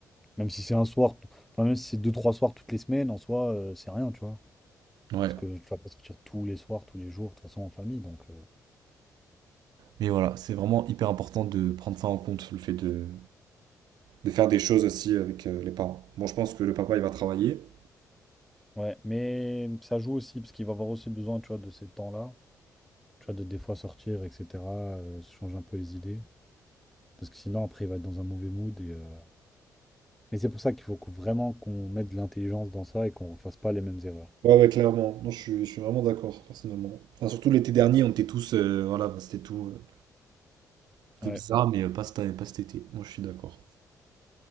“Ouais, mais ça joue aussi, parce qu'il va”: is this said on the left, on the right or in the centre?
Centre